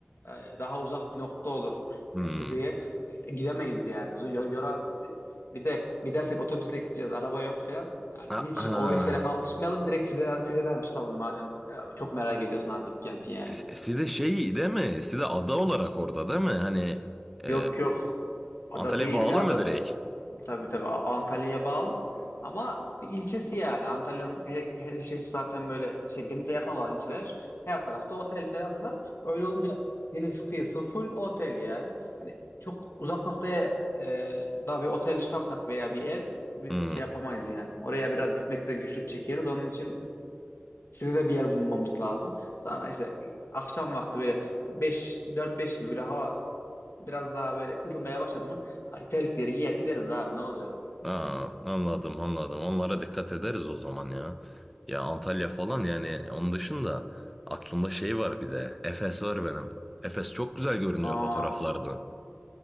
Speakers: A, on the left (about 85°); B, in the centre.
A: e, daha uzak bir nokta olur
B: Hmm.
A: e, Side'ye E, gidemeyiz yani. Z- yo- Yorar bizi. Bir de gidersek otobüsle gideceğiz, araba yok falan. Yani hiç
B: <clears throat>
A: o işlere kalkışmayalım. Direkt Side'den, Side'den tutalım madem. E, Çok merak ediyorsun antik kenti yani.
B: S- Side şey değil mi? Side ada olarak orada değil mi? Hani e,
A: Yok yok. Ada
B: Antalya'ya
A: değil
B: bağlı
A: ya, ada
B: mı direkt?
A: değil. Tabii tabii A- Antalya'ya bağlı ama bir ilçesi yani Antalya'nın her, her ilçesi zaten böyle şey denize yakın olan ilçeler her tarafta otel falan var. Öyle olunca deniz kıyısı full otel yani. Hani çok uzak noktaya e, daha bir otel tutarsak veya bir ev biz
B: Hmm.
A: şey yapamayız yani. Oraya biraz gitmekte güçlük çekeriz. Onun için size de bir yer bulmamız lazım. Sonra işte e, akşam vakti böyle beş dört beş gibi böyle hava biraz daha böyle ılımaya başladı mı ay, terlikleri giyer gideriz abi ne olacak?
B: Aa, anladım anladım. Onlara dikkat ederiz o zaman ya. Ya Antalya falan yani onun dışında aklımda şey var bir de. Efes var benim. Efes çok güzel görünüyor
A: Aa,
B: fotoğraflarda.